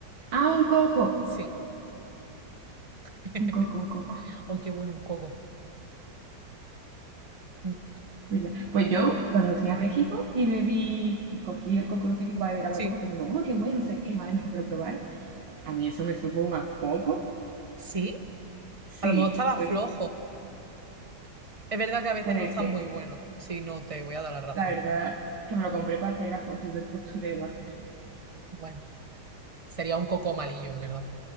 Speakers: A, on the right; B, on the right.
A: Ah, un coco,
B: Sí. <laughs>
A: un coco, un coco.
B: Oh, qué bueno un coco. Mm,
A: ¿Verdad? Pues yo, cuando fui a México y bebí, cogí el coco típico para beber agua
B: Sí.
A: de coco, todo el mundo, oh, qué bueno, no sé qué, mi madre me dijo que lo probara. A mí eso me supo más poco.
B: Sí,
A: Sí,
B: a lo mejor estaba
A: pues
B: flojo. Es verdad que a veces
A: puede
B: no están
A: ser.
B: muy buenos. Sí, no, te voy a dar la razón.
A: La verdad que me lo compré para hacer las fotos del postureo, más que nada.
B: Bueno, sería un coco malillo, en verdad.